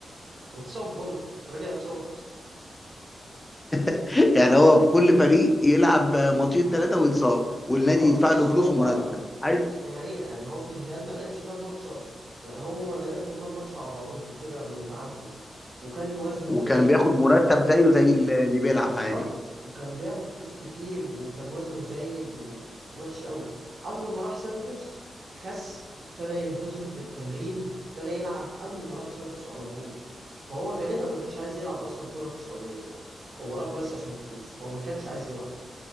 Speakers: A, on the right (about 55°); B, on the left (about 20°).
A: واتصاب برضه فرجع اتصاب
B: <laughs> يعني هو في كل فريق يلعب ماتشين ثلاثه ويتصاب والنادي
A: اه
B: يدفع
A: بس
B: له فلوس
A: هو
B: ومرتب عايز
A: دي حقيقه يعني هو في الهلال ما لعبش كام ماتش اصلا ما هو لعب له كام ماتش على بعضهم كده ما يتعدوا وكان وزنه
B: وكان
A: زايد
B: بياخد مرتب زيه زي اللي اللي بيلعب
A: بالظبط
B: عادي
A: وكان بياخد فلوس كتير وكان وزنه زايد ووحش قوي اول ما راح سانتوس خس ابتدى ينتظم في التمرين ابتدى يلعب اول ما راح سانتوس على طول فهو غالبا ما كانش عايز يلعب اصلا كوره في السعوديه يعني هو راح بس عشان فلوس هو ما كانش عايز يلعب